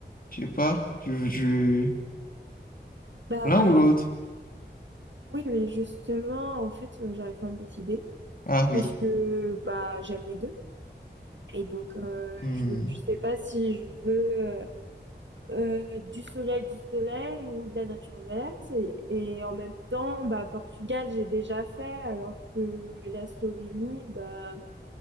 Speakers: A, on the left (about 50°); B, on the right (about 85°).
A: je sais pas, tu veux tu...
B: Bah
A: l'un ou l'autre?
B: oui, mais justement, en fait, euh, j'arrive pas à me décider
A: Ah
B: parce
A: oui.
B: que bah j'aime les deux. Et donc euh,
A: Hmm.
B: je veux- je sais pas si je veux euh, euh, du soleil, du soleil ou de la nature verte. Et, et en même temps, bah Portugal, j'ai déjà fait, alors que la Slovénie, bah